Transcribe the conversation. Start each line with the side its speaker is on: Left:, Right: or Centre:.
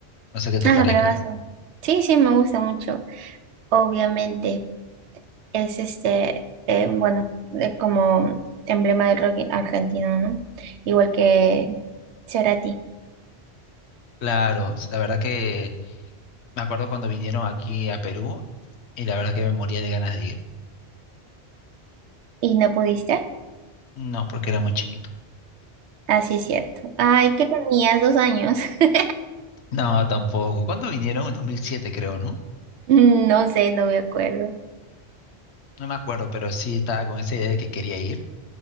Left: No sé qué te
Right: ah,
Left: parezca.
Right: bravazo. Sí, sí, me gusta mucho. Obviamente, es este, eh, bueno, eh, como emblema del rock argentino, ¿no? Igual que Cerati.
Left: Claro, la verdad que Me acuerdo cuando vinieron aquí a Perú y la verdad que me moría de ganas de ir.
Right: ¿Y no pudiste?
Left: No, porque era muy chiquito.
Right: Así es cierto. Ay, que tenías dos años. <laughs>
Left: No, tampoco. ¿Cuándo vinieron? En 2007, creo, ¿no?
Right: No sé, no me acuerdo.
Left: No me acuerdo, pero sí estaba con esa idea de que quería ir.